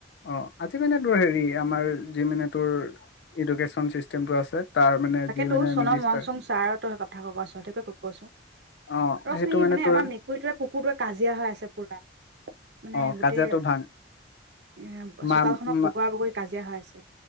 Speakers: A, on the left; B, on the right.
A: অ' আজি মানে তোৰ হেৰি আমাৰ যি মানে তোৰ এডুকেশ্যন চিষ্টেমটো আছে তাৰ মানে
B: তাকেতো
A: যি মানে
B: সুনম
A: মিনিষ্টাৰ
B: মং চুং ছাৰতো সেই কথা কব কৈছো সেইটোকে কব কৈছো
A: অ
B: ৰচোন
A: সেইটো
B: এই মানে
A: তোৰ
B: আমাৰ মেকুৰীটোৱে কুকুৰটোৱে কাজিয়া হৈ আছে পুৰা মানে
A: অ
B: গোটেই
A: কাজিয়াটো ভাং
B: এ
A: মা
B: চোতালখনত
A: মা-
B: বগৰা বগৰী কাজিয়া হৈ আছে